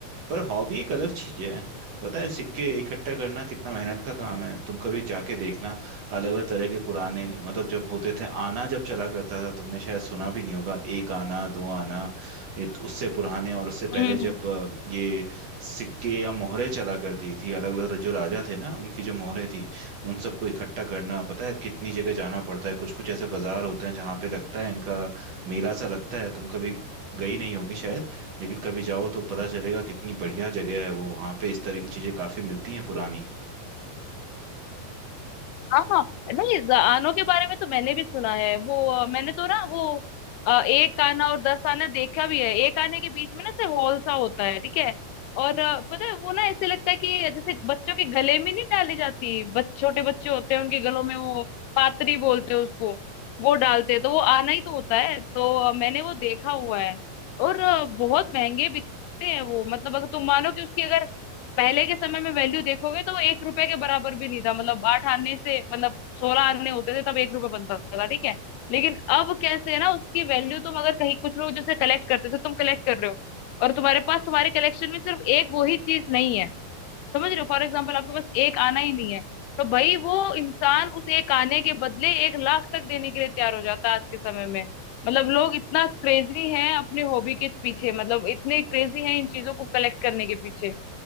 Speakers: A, on the right; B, on the left.
A: पर हॉबी एक अलग चीज है पता है सिक्के इकट्ठा करना कितना मेहनत का काम है तुम कभी जाके देखना अलग अलग तरह के पुराने मतलब जब होते थे आना जब चला करता था तुमने शायद सुना भी नहीं होगा एक आना दो आना ये तो उससे पुराने और उससे
B: हम्म
A: पहले जब अ, ये सिक्के या मोहरे चला करती थी अलग अलग जो राजा थे ना उनकी जो मोहरे थी उन सबको इकट्ठा करना पता है कितनी जगह जाना पड़ता है कुछ कुछ ऐसे बाजार होते हैं जहाँ पे लगता है इनका मेला सा लगता है तुम कभी गई नहीं होगी शायद लेकिन कभी जाओ तो पता चलेगा कितनी बढ़िया जगह है वो वहाँ पे इस तरह की चीजें काफी मिलती हैं पुरानी
B: हाँ हाँ नहीं जआनों के बारे में तो मैंने भी सुना है वो अ, मैंने तो ना वो अ, एक आना और दस आना देखा भी है एक आने के बीच में ना से हॉल सा होता है ठीक है और अ, पता है वो ना ऐसे लगता है कि जैसे बच्चों के गले में नहीं डाली जाती बच, छोटे बच्चे होते हैं उनके गलों में वो पातरी बोलते हैं उसको वो डालते हैं तो वो आना ही तो होता है तो अ, मैंने वो देखा हुआ है और अ, बहुत महंगे बिकते हैं वो मतलब अगर तुम मानो कि उसकी अगर पहले के समय में वैल्यू देखोगे तो वो एक रुपए के बराबर भी नहीं था मतलब आठ आने से मतलब सोलह आने होते थे तब एक रुपए बनता था ठीक है लेकिन अब कैसे है ना उसकी वैल्यू तुम अगर कहीं कुछ लोग जैसे कलेक्ट करते जैसे तुम कलेक्ट कर रहे हो और तुम्हारे पास तुम्हारे कलेक्शन में सिर्फ एक वो ही चीज नहीं है समझ रहे हो फॉर एग्जाम्पल आपके पास एक आना ही नहीं है तो भाई वो इंसान उस एक आने के बदले एक लाख तक देने के लिए तैयार हो जाता है आज के समय में मतलब लोग इतना क्रेजी हैं अपनी हॉबी के पीछे मतलब इतने क्रेजी हैं इन चीजों को कलेक्ट करने के पीछे